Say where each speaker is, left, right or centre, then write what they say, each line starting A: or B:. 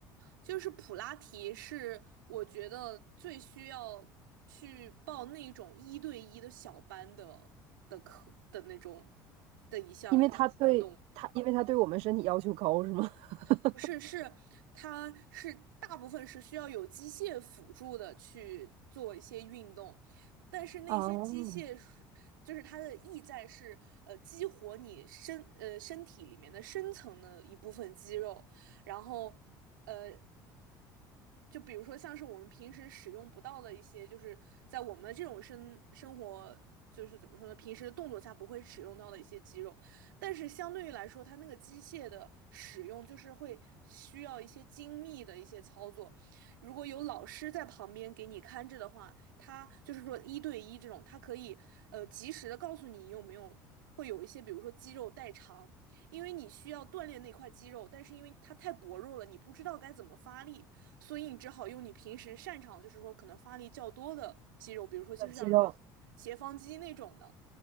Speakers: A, on the right (about 85°); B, on the right (about 65°).
A: 就是普拉提是我觉得最需要去报那种一对一的小班的的课的那种的一项活动，
B: 因为它对它，因为它对我们身体要求高，是吗？<laughs>
A: 不是，是它是大部分是需要有机械辅助的去做一些运动，但是那些机械是就是它的意在是呃激活你身呃身体里面的深层的一部分肌肉，
B: 哦，
A: 然后。呃。就比如说像是我们平时使用不到的一些，就是在我们这种生生活，就是怎么说呢，平时的动作下不会使用到的一些肌肉，但是相对于来说，它那个机械的使用就是会需要一些精密的一些操作。如果有老师在旁边给你看着的话，他就是说一对一这种，他可以呃及时的告诉你有没有。会有一些，比如说肌肉代偿，因为你需要锻炼那块肌肉，但是因为它太薄弱了，你不知道该怎么发力，所以你只好用你平时擅长，就是说可能发力较多的肌肉，比如说就是像
B: 长肌肉，
A: 斜方肌那种的